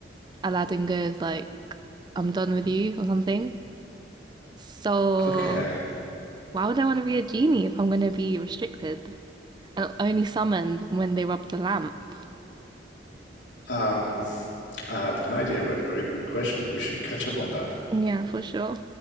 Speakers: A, on the right; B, on the left.
A: Aladdin goes like I'm done with you or something. So
B: Okay.
A: Why would I want to be a genie if I'm going to be restricted and only summoned when they rub the lamp?
B: Um, I have no idea, but very good question. We should catch up on that.
A: Yeah, for sure.